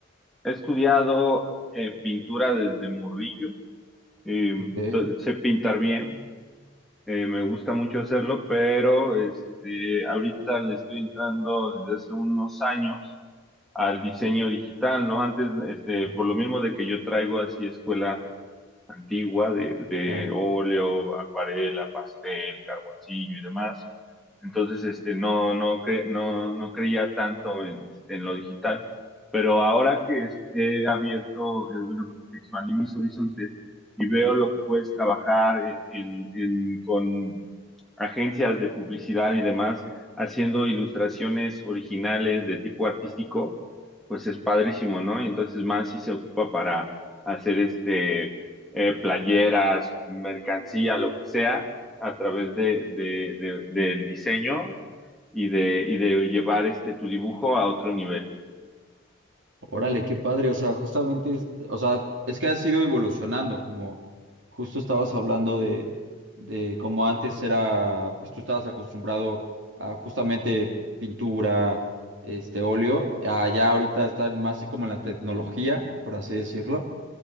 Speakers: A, in the centre; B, on the right (about 65°).
A: he estudiado eh, pintura desde morrillo, eh,
B: Ok,
A: to- sé pintar bien, Eh, me gusta mucho hacerlo, pero este, ahorita le estoy entrando desde hace unos años al diseño digital, ¿no? Antes, este,
B: ajá,
A: por lo mismo de que yo traigo así escuela antigua de, de
B: claro.
A: óleo, acuarela, pastel, carboncillo y demás. Entonces, este, no, no, cre- no, no creía tanto en, este, en lo digital, pero ahora que es- he abierto, eh, bueno, expandí mis horizontes y veo lo que puedes trabajar eh, en, en- con agencias de publicidad y demás haciendo ilustraciones originales de tipo artístico, pues es padrísimo, ¿no? Y entonces más si se ocupa para hacer este eh, playeras, mercancía, lo que sea, a través de, de- de- del diseño y de, y de llevar este tu dibujo a otro nivel.
B: Órale, qué padre, o sea, justamente, es- o sea, es que has ido evolucionando, como justo estabas hablando de, de cómo antes era, pues tú estabas acostumbrado a justamente pintura, este óleo, allá ahorita están más como en la tecnología, por así decirlo.